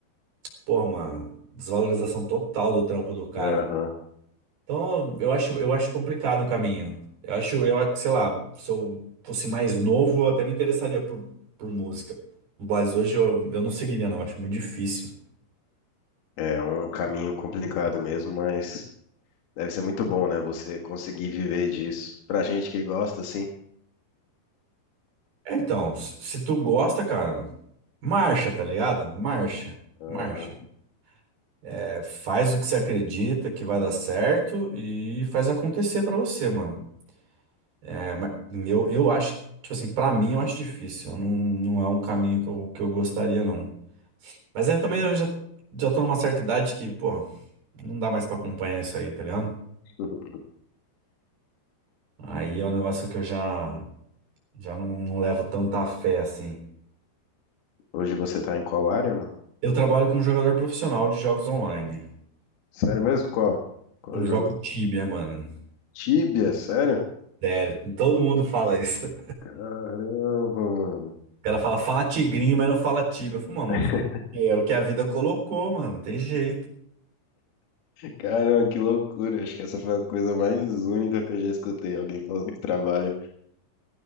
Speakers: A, on the right; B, on the left.
A: Porra, mano, desvalorização total do trampo do cara.
B: Aham.
A: Então, eu acho, eu acho complicado o caminho. Eu acho, eu, a- sei lá, se eu fosse mais novo, eu até me interessaria por, por música. Mas hoje eu, eu não seguiria, não, eu acho muito difícil.
B: É um caminho complicado mesmo, mas deve ser muito bom, né? Você conseguir viver disso. Pra gente que gosta, sim.
A: É, Então, se se tu gosta, cara, marcha, tá ligado? Marcha,
B: Aham.
A: marcha. É, faz o que você acredita que vai dar certo e faz acontecer pra você, mano. É, mas meu, eu acho, que, tipo assim, pra mim eu acho difícil. Eu não, não é um caminho que eu, que eu gostaria, não. Mas é, também eu já, já tô numa certa idade que, pô, não dá mais pra acompanhar isso aí, tá ligado?
B: <laughs>
A: Aí é um negócio que eu já, já não, não levo tanta fé, assim.
B: Hoje você tá em qual área, mano?
A: Eu trabalho como jogador profissional de jogos online.
B: Sério mesmo? Qual? Qual
A: Eu jogo
B: jogo?
A: Tibia, mano.
B: Tibia, sério?
A: Sério, todo mundo fala isso. O
B: Caramba, mano.
A: cara fala, fala tigrinho, mas não fala tíbia. Eu falo, mano,
B: <laughs>
A: eu vou fazer o quê? é o que a vida colocou, mano, não tem jeito.
B: Caramba, que loucura. Acho que essa foi a coisa mais única que eu já escutei. Alguém falando que trabalha.